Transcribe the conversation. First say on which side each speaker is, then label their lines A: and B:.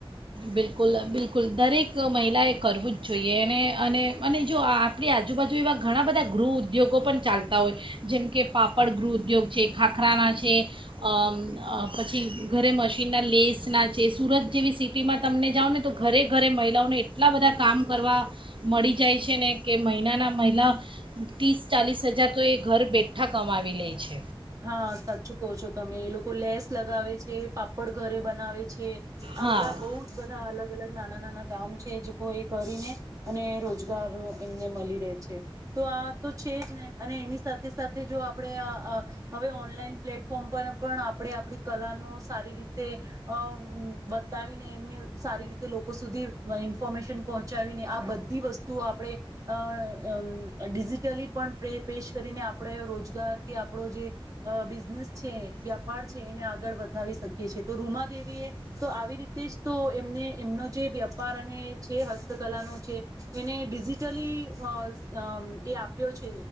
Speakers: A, on the right; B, on the right.
A: બિલકુલ બિલકુલ દરેક મહિલાએ કરવું જ જોઈએ એને અને અને જો આ આપણી આજુબાજુ એવા ઘણા બધા ગૃહ ઉદ્યોગો પણ ચાલતા હોય જેમ કે પાપડ ગૃહ ઉદ્યોગ છે ખાખરાના છે અ અમ પછી ઘરે મશીનના લેસના છે સુરત જેવી સિટી સીટીમાં તમને જાઓ ને તો ઘરે ઘરે મહિલાઓને એટલા બધા કામ કરવા મળી જાય છે ને કે મહિનાના મહિલા ત્રીસ ચાલીસ હજાર તો એ ઘર બેઠા કમાવી લે છે
B: હા સાચું કહો છો તમે એ લોકો લેસ લગાવે છે પાપડ ઘરે બનાવે છે આ
A: હા
B: બધા બઉ જ બધા અલગ અલગ નાના નાના ગામ છે જે કો કરીને અને રોજગાર એમને મળી રહે છે તો આ તો છે જ ને અને એની સાથે સાથે જો આપણે આ અ હવે ઓનલાઈન પ્લેટફોર્મ પર પણ આપ આપણે આપણી કલા નો સારી રીતે અ બતાવીને એમને સારી રીતે તે લોકો સુધી ઇન્ફોર્મેશન પહોંચાવીને આ બધી વસ્તુઓ આપણે અ અમ ડિજિટલી પણ પ પેશ કરીને આપણે રોજગાર કે આપણો જે અ બિઝનેસ છે વ્યાપાર છે એને આગળ વધાવી શકીએ છે તો રૂમા દેવીએ તો આવી રીતે જ તો એમને એમનો જે વ્યાપાર અને છે હસ્તકલાનો છે એને ડિજિટલી એ અ અમ આપ્યો છે